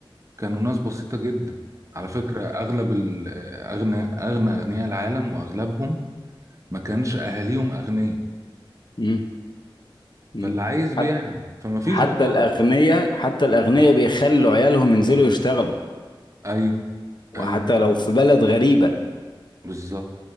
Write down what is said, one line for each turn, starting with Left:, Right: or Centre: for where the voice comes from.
Right: كانوا ناس بسيطة جدا على فكرة اغلب ال- اغنى اغنى اغنياء العالم واغلبهم ما كانش اهاليهم اغنياء
Left: مم. مم.
Right: فاللي عايز بيعمل
Left: حت-
Right: فما فيش
Left: حتى
Right: بطاله
Left: الأغنياء حتى الأغنياء بيخلوا عيالهم ينزلوا يشتغلوا
Right: ايوه
Left: وحتى
Right: ايوه
Left: لو في بلد غريبة
Right: بالظبط